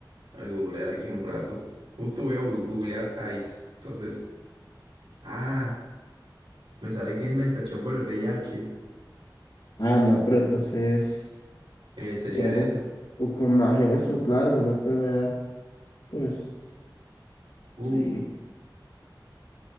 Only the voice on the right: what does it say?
Voy a googlear aquí un rato. Justo voy a gu- googlear AIDS. Entonces, ah, me sale que es la infección por el VIH.
Eh, sería
eso.
Uf,